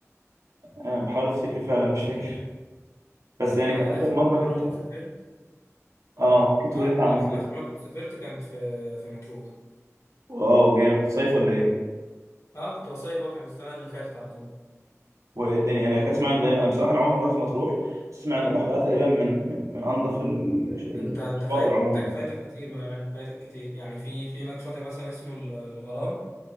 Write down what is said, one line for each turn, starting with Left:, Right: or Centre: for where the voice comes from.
Right: انا بحاول افتكر فعلا مش فاكر بس
Left: انا
Right: يعني كان اخر
Left: اخر
Right: مره
Left: مره
Right: كنت
Left: سافرت
Right: اه
Left: امم
Right: ممكن تقول
Left: اه اقول
Right: انت عم
Left: لك
Right: افتكر
Left: انا اخر مره كنت سافرت كانت في في مطروح
Right: واو جامد كنت صيف ولا ايه
Left: اه كنت بصيف اه كانت السنه اللي فاتت على طول
Right: والدنيا هناك اسمع ان دايما انا بصراحه انا عمري ما رحت مطروح بس اسمع ان بحرها تقريبا من من من انظف ال- ال-
Left: انت انت
Right: الشواطئ
Left: فايتك
Right: عموما
Left: فايتك كتير بقى يعني فايتك كتير يعني في في هناك شاطئ مثلا اسمه ال- الغرام